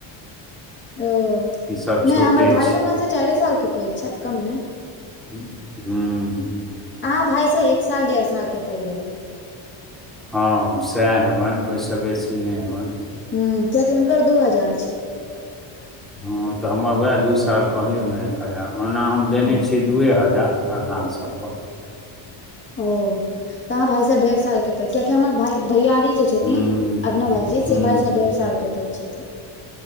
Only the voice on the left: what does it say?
ओ
नै हमर भाइयो
हमरा से चारे साल के पैघ छैथ। कम नै।
अहाँ भाय से एक साल डेढ़ साल के पैघ हेबै।
हूॅं कियाकि हुनकर दू हजार छै।
हूँ
ओ तऽ अहाॅं भाइसे ढेर साल के पैघ कियाकि हमर भाइ भैयारी जे छथिन
अभिनव भाईजी
से भाई से डेढ़ साल के पैघ छथिन।